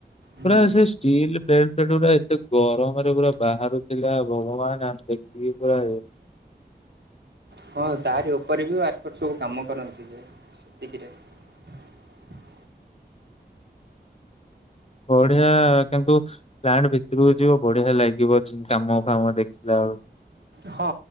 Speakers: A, on the right (about 70°); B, on the left (about 35°).
A: ହୁଁ
B: ପୁରା ସେ ଷ୍ଟିଲ ପ୍ଲଟ୍ ସେଟ୍ ଗୁଡ଼ା ଏତେ ଗରମରେ ପୁରା ବାହାରୁଥିଲା ଭଗବାନ ଆମେ ଦେଖିକି ପୁରା।
A: ହଁ ତାରି ଉପରେ ବି ୱାର୍କର ସବୁ କାମ କରନ୍ତି ଯେ ସେତିକିରେ। <inaudible>
B: ବଢ଼ିଆ କିନ୍ତୁ ପ୍ଲାଣ୍ଟ ଭିତରକୁ ଯିବ ବଢିଆ ଲାଗିବ କାମ ଫାମ ଦେଖିଲା ବେଳକୁ।
A: ହଁ